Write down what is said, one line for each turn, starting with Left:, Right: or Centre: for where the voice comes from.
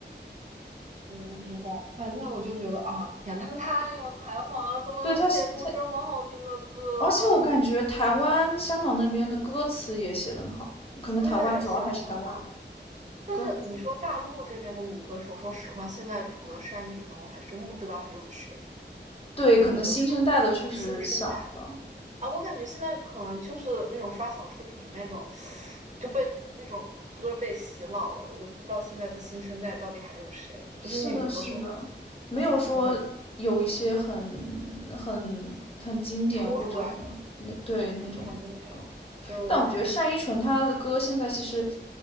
Right: 嗯，不知道，反正我就觉得啊，天，他们太有才华了，怎么能写出这么好听的歌？
Left: 对，他写他，而且我感觉台湾、香港那边的歌词也写得很好，可能台湾主要还是台湾
Right: 对，写的很好。但是你说大陆这边的女歌手，
Left: 歌词。
Right: 说实话，现在除了单依纯，我还真不知道还有谁
Left: 对，
Right: 女歌手新生代。
Left: 可能新生代的确实想不到。
Right: 啊，我感觉现在可能就是那种刷小视频那种，就被那种歌被洗脑了。我就不知道现在的新生代到底还有谁，就是女歌手方面，
Left: 是的，是的，没有说有一些很很很经典或者很那对那种歌，
Right: 我反正不是不知道突出来的感觉没有。就
Left: 但我觉得单依纯她的歌现在其实